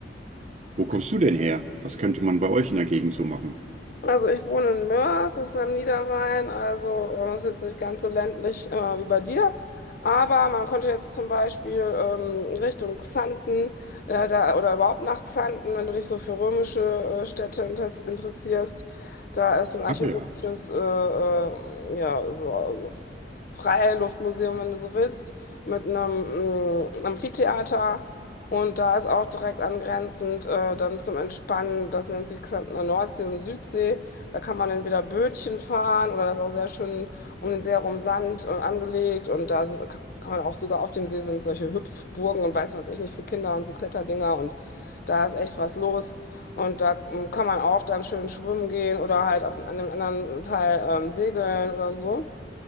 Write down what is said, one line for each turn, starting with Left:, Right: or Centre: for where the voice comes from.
Right: Wo
Left: Okay.
Right: kommst du denn her? Was könnte man bei euch in der Gegend so machen?
Left: Also ich wohne in Moers, das ist am Niederrhein, also äh, ist jetzt nicht ganz so ländlich äh, wie bei dir. Aber man konnte jetzt zum Beispiel ähm, Richtung Xanten äh, da, oder überhaupt nach Xanten, wenn du dich so für römische äh, Städte inter- interessierst, da ist ein archäologisches
Right: Ah ja,
Left: äh, äh, ja, so äh, Freiluftmuseum, wenn du so willst, mit einem mm, Amphitheater. Und da ist auch direkt angrenzend äh, dann zum Entspannen, das nennt sich Xantener Nordsee und Südsee. Da kann man entweder Bötchen fahren oder das ist auch sehr schön um den See herum Sand und angelegt. Und da sind, kann kann man auch sogar auf dem See sind solche Hüpfburgen und weiß was ich nicht für Kinder und so Kletterdinger. Und da ist echt was los. Und da ähm, kann man auch dann schön schwimmen gehen oder halt auf, an einem anderen Teil ähm, segeln oder so.